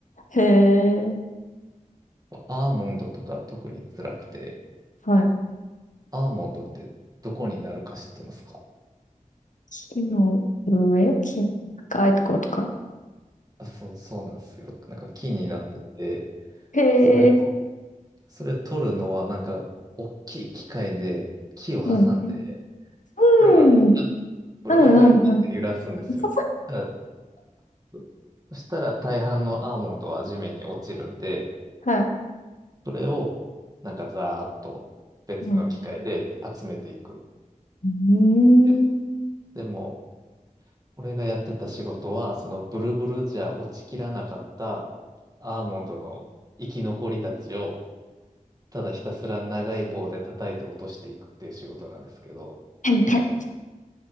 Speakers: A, on the left; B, on the right.
A: へえ、
B: アーモンドとか特に辛くて、
A: はい。
B: アーモンドってどこになるか知ってますか
A: 木の上木、高いところとか。
B: あ、そう、そうなんですけど、なんか木になってて、
A: へえ、
B: それを、それ取るのは、なんか、大きい機械で木を挟んで、
A: うん。うん、うん、
B: ブルブルブルブル、ブルブルブルブルって揺らすんですよ。
A: うん、うん。<laughs>
B: だからそしたら大半のアーモンドは地面に落ちるんで、
A: はい。
B: それを、なんかざーっと別の機械で集めていくん
A: うん。うーん。
B: で。でも、俺がやってた仕事は、そのブルブルじゃ落ちきらなかったアーモンドの生き残りたちを、ただひたすら長い棒で叩いて落としていくっていう仕事なんですけど、
A: ペンペン。